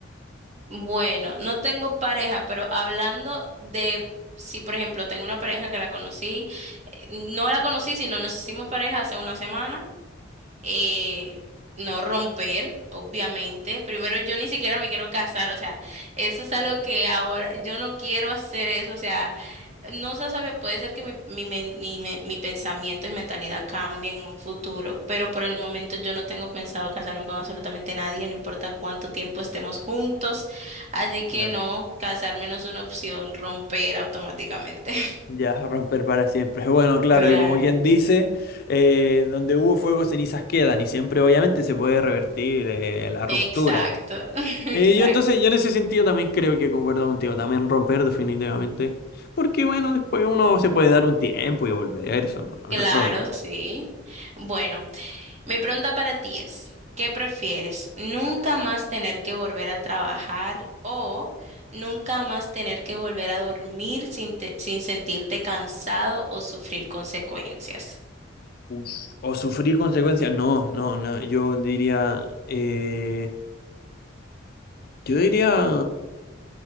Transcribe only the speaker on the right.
Bueno, no tengo pareja, pero hablando de si, por ejemplo, tengo una pareja que la conocí, eh, no la conocí, sino nos hicimos pareja hace una semana eh, no romper, obviamente. Primero, yo ni siquiera me quiero casar, o sea, eso es algo que ahora yo no quiero hacer eso, o sea, no se sabe, puede ser que mi, mi, men- mi, men- mi pensamiento y mentalidad cambie en un futuro, pero por el momento yo no tengo pensado casarme con absolutamente nadie, no importa cuánto tiempo estemos juntos, así que
no, casarme no es una opción, romper automáticamente. <laughs>
Claro.
Exacto, <laughs>
exacto.
Claro,
sí. Bueno, mi pregunta para ti es, ¿qué prefieres? ¿Nunca más tener que volver a trabajar o nunca más tener que volver a dormir sin, te- sin sentirte cansado o sufrir consecuencias?